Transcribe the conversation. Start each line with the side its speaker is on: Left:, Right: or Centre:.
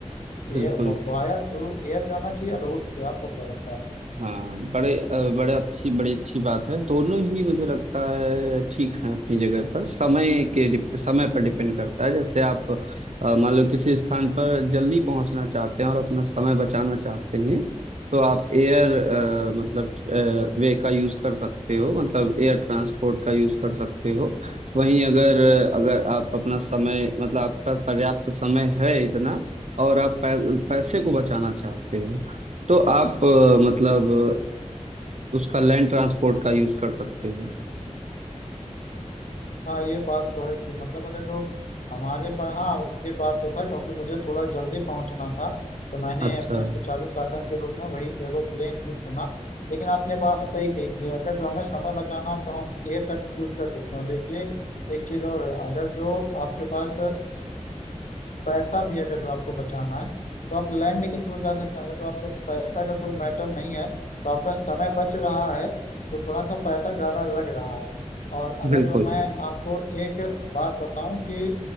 Left: है
Right: बिल्कुल
Left: एयर वाया थ्रू एयर जाना चाहिए या रोड क्या आपको क्या लगता है
Right: हाँ बड़े अ, बड़े अच्छी बड़ी अच्छी बात है दोनों ही मुझे लगता है ठीक है अपनी जगह पर समय के डिप- समय पर डिपेंड करता है जैसे आप अ, मान लो किसी स्थान पर जल्दी पहुंचना चाहते हैं और अपना समय बचाना चाहते हैं तो आप एयर मतलब वे का यूज कर सकते हो मतलब एयर ट्रांसपोर्ट का यूज कर सकते हो वहीं अगर अगर आप अपना समय मतलब आपका पर्याप्त समय है इतना और आप पै, पैसे को बचाना चाहते हो तो आप अ, मतलब अ, उसका लैंड ट्रांसपोर्ट का यूज कर सकते हो
Left: हाँ ये बात तो है कि मतलब अगर तो हमारे पास हाँ ये बात तो था क्योंकि मुझे थोड़ा जल्दी पहुंचना था तो मैंने
Right: अच्छा
Left: अपने सुचारू साधन के रूप में वही एरोप्लेन ही चुना लेकिन आपने बात सही कही कि अगर जो हमें समय बचाना हो, तो हम एयर कट चूज कर सकते हैं और देखिए एक चीज और अगर जो आपके पास पैसा भी अगर जो आपको बचाना है तो आप लैंड के थ्रू जा सकते हैं अगर जो आपका पैसा का कोई मैटर नहीं है तो आपका समय बच रहा है तो थोड़ा सा पैसा ज़्यादा लग रहा है और अगर
Right: बिल्कुल
Left: जो मैं आपको एक बात बताऊं कि